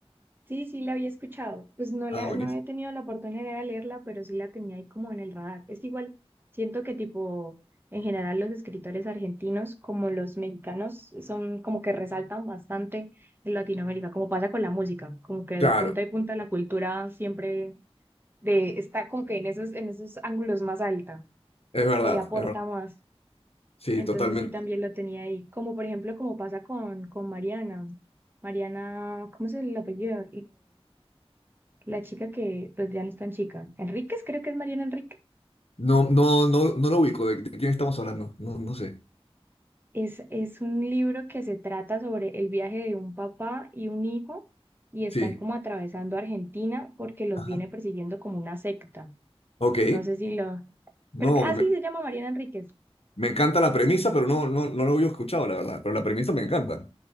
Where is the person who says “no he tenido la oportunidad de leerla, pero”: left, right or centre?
Right